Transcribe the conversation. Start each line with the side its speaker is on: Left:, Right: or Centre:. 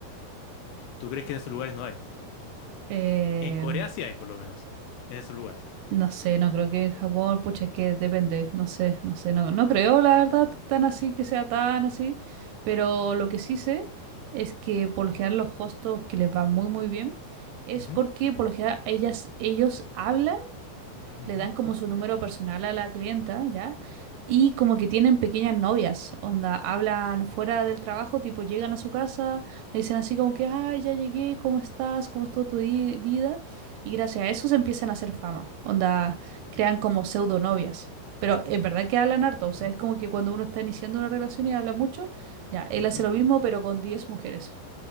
Left: ¿Tú crees que en esos lugares no hay?
Right: Em,
Left: En Corea sí hay, por lo menos, en esos lugares.
Right: No sé, no creo que en Japón, pucha, es que depende, no sé, no sé, no, no creo la verdad tan así que sea tan así, pero lo que sí sé es que por lo general los hostos que les va muy muy bien es
Left: Ujú,
Right: porque por lo general ellas, ellos hablan
Left: ujú,
Right: le dan como su número personal a la clienta, ¿ya? Y como que tienen pequeñas novias, onda, hablan fuera del trabajo, tipo llegan a su casa, le dicen así como que, ay, ya llegué, ¿cómo estás? ¿Cómo estuvo tu di- vida? Y gracias a eso se empiezan a hacer fama, onda, crean como pseudo novias. Pero en verdad que hablan harto,
Left: ujú,
Right: o sea, es como que cuando uno está iniciando una relación y habla mucho, ya, él
Left: ujú.
Right: hace lo mismo, pero con diez mujeres,